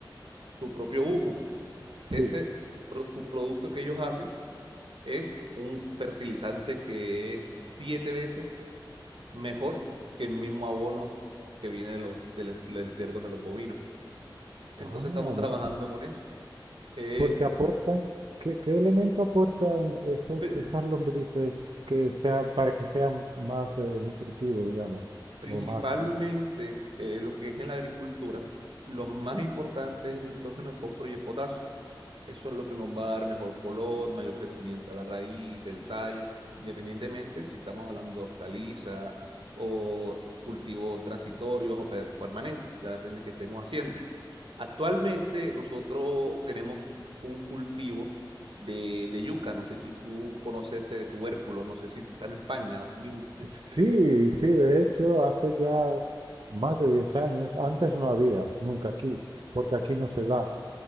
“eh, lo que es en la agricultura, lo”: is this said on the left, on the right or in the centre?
Right